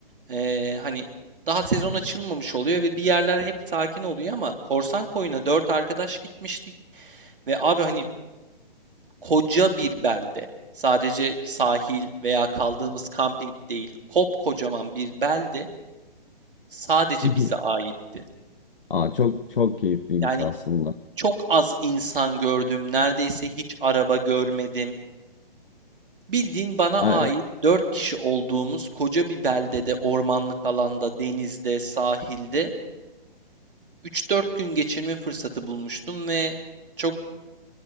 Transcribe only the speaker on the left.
Hı hı.
Aa, çok çok keyifliymiş
aslında.
Ay,